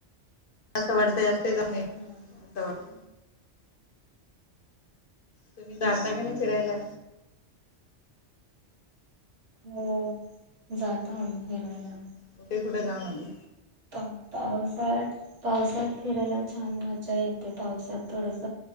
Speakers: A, on the left; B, on the right.
A: असं वाटतं <unintelligible> जाऊ नाही
B: हा
A: असं वाटत तुम्ही जाता
B: हा
A: का नाही फिरायला?
B: हो जाता आम्ही फिरायला.
A: कुठे कुठे जाऊन आली?
B: पावसा पावसात फिरायला छान मजा येते पावसात थोडस